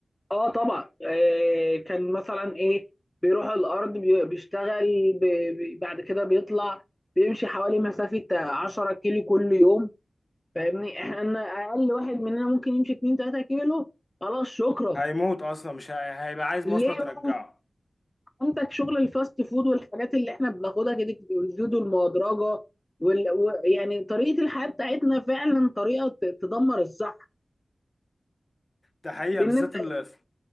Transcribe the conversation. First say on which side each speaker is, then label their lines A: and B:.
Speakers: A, on the left (about 20°); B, on the left (about 40°).
A: اه طبعا آه كان مثلا ايه بيروح الارض بي- بيشتغل بي- بي- بعد كده بيطلع بيمشي حوالي مسافه 10 كيلو كل يوم فاهمني احنا اقل واحد مننا ممكن يمشي 2 3 كيلو خلاص شكرا
B: هيموت اصلا مش هي... هيبقى عايز
A: ليه
B: مواصلة ترجعه
A: بقى عندك شغل الفاست فود والحاجات اللي احنا بناخدها كده والزيوت المهدرجه وال... و... يعني طريقه الحياه بتاعتنا فعلا طريقه ت- تدمر الصحه
B: ده حقيقة
A: بالنسبه
B: بالذات ال...